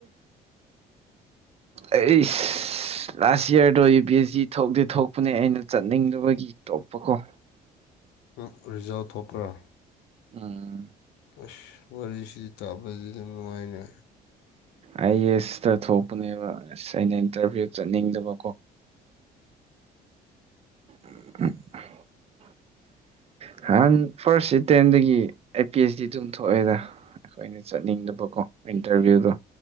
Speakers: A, on the right (about 35°); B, on the left (about 90°).
A: ꯑꯩ ꯂꯥꯁ ꯌꯌꯥꯔꯗꯣ ꯌꯨ ꯄꯤ ꯑꯦꯁ ꯖꯤ ꯊꯣꯛꯇꯦ ꯊꯣꯛꯄꯅꯦ ꯑꯩꯅ ꯆꯠꯅꯤꯡꯗꯕꯒꯤ ꯇꯣꯛꯄ ꯀꯣ <unintelligible>
B: ꯅꯪ ꯔꯤꯖꯜ ꯊꯣꯛꯄ꯭ꯔꯥ
A: ꯎꯝ
B: ꯑꯁ ꯋꯥꯔꯤꯁꯤꯗꯤ ꯇꯥꯕꯗꯤ ꯑꯗꯨꯝ ꯅꯨꯡꯉꯥꯏꯅ
A: ꯑꯩ ꯑꯦꯁꯇ ꯊꯣꯛꯄꯅꯦꯕ ꯑꯁ ꯑꯩꯅ ꯏꯟꯇꯔꯚꯤꯌꯨ ꯆꯠꯅꯤꯡꯗꯕꯀꯣ ꯑ ꯅꯍꯥꯟ ꯐꯥꯔꯁꯁꯤ ꯇꯦꯟꯗꯒꯤ ꯑꯩ ꯄꯤ ꯑꯩꯆ ꯗꯤ ꯑꯗꯨꯝ ꯊꯣꯛꯑꯦꯗ ꯑꯩꯈꯣꯏꯅ ꯆꯠꯅꯤꯡꯗꯕꯀꯣ ꯏꯟꯇꯔꯚꯤꯌꯨꯗꯣ